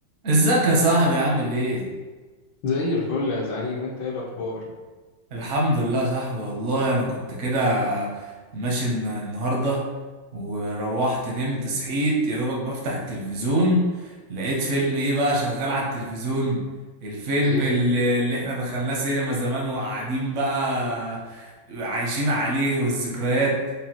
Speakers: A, on the right (about 60°); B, on the left (about 65°).
A: ازيك يا صاحبي عامل ايه؟
B: زي الفل يا زعيم انت ايه الاخبار
A: الحمد لله يا صاحبي والله انا كنت كده ماشي الن- النهارده وروحت نمت صحيت يا دوبك بفتح التلفزيون لقيت فيلم ايه بقى شغال على التلفزيون الفيلم
B: ايه
A: اللي, اللي احنا دخلناه سينما زمان وقاعدين بقى عايشين عليه والذكريات